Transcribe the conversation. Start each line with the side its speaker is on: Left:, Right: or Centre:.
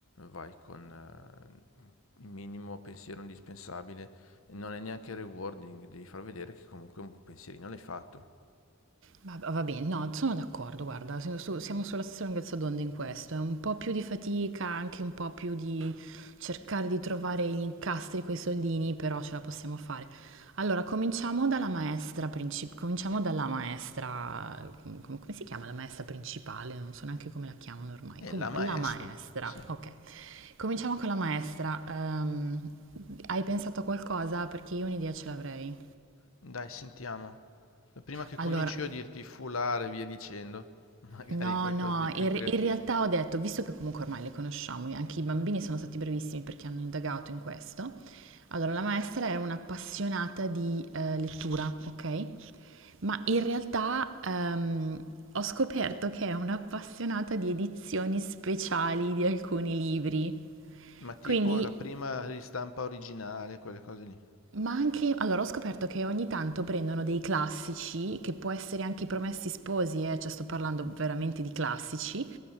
Left: vai con eh, il minimo pensiero indispensabile, non è neanche rewarding, devi far vedere che comunque un pensierino l'hai fatto.
Right: Va, va bene, no, sono d'accordo, guarda, siamo su- siamo sulla stessa lunghezza d'onda in questo, è un po' più di fatica, anche un po' più di cercare di trovare gli incastri coi soldini, però ce la possiamo fare. Allora, cominciamo dalla maestra principale, cominciamo dalla maestra, com- come si chiama la maestra principale? Non so neanche come la chiamano ormai.
Left: E
Right: Comunque,
Left: la maestra,
Right: la maestra,
Left: sì.
Right: ok. Cominciamo con la maestra. Ehm, hai pensato a qualcosa? Perché io un'idea ce l'avrei.
Left: Dai, sentiamo. Prima che
Right: Allora,
Left: cominci io a dirti foulard e via dicendo, <laughs> magari
Right: No,
Left: qualcosa
Right: no,
Left: di più
Right: in,
Left: creativo.
Right: re- in realtà ho detto, visto che comunque ormai le conosciamo, anche i bambini sono stati bravissimi perché hanno indagato in questo. Allora, la maestra era un'appassionata di eh, lettura, ok? Ma in realtà ehm, ho scoperto che è un'appassionata di edizioni speciali di alcuni libri.
Left: Ma tipo
Right: Quindi
Left: la prima ristampa originale, quelle cose lì.
Right: Ma anche, allora ho scoperto che ogni tanto prendono dei classici, che può essere anche i Promessi Sposi, eh, cioè sto parlando veramente di classici,